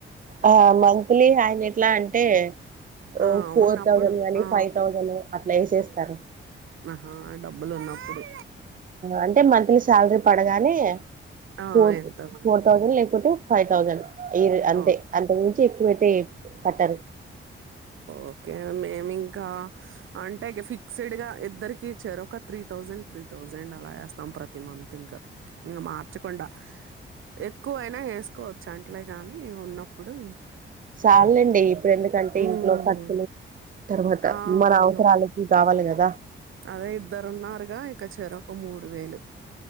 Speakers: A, on the right (about 40°); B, on the right (about 75°).
A: ఆ మంత్లీ అయన ఎట్లా అంటే
B: ఆ
A: ఓ ఫోర్
B: ఉన్నప్పుడు
A: థౌసండ్ నీ
B: ఆ
A: ఫైవ్ థౌసండ్ అట్లా వేసేస్తారు
B: ఆహా డబ్బులు ఉన్నప్పుడు
A: అంటే మంత్లీ శాలరీ పడగానే
B: ఆ
A: ఫోర్
B: ఎంతో
A: ఫోర్ థౌజండ్ లేకపోతే ఫైవ్ థౌజండ్ ఇరు అంతే
B: ఓకే
A: అంత నుంచి ఎక్కువైతే కట్టారు
B: ఓకే మేమి ఇంకా అంటే ఫిక్స్డ్ గా ఇద్దరికి చేరు ఒక త్రీ థౌజండ్ త్రీ థౌజండ్ అలా చేేస్తాం ప్రతి మ అంతంకా ఇకా మార్చకుండా ఎక్కువైనా వేసుకోవచ్చు అట్లే కానీ ఉన్నప్పుడు
A: చాలండి
B: ఉమ్
A: ఇప్పుడు ఎందుకంటే
B: ఉమ్.
A: ఇంట్లో ఖర్చులు తర్వాత
B: ఆ
A: మన
B: అవును
A: అవసరాలకి కావాలి కదా
B: అదే ఇద్దరు ఉన్నారుగా ఇక చెర ఒక మూడు వేలు